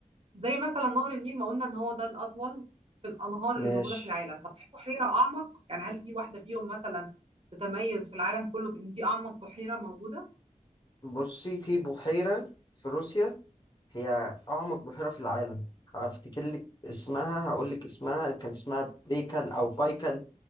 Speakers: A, on the right; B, on the left.
A: زي مثلا نهر النيل ما قلنا ان هو ده الاطول في الانهار
B: ماشي
A: اللي موجوده في العالم طب في بحيره اعمق يعني هل في واحده فيهم مثلا تتميز في العالم كله بان دي اعمق بحيره موجوده
B: بصي في بحيرة في روسيا هي أعمق بحيرة في العالم هفتكر لك اسمها هقول لك اسمها كان اسمها بيكل أو بايكل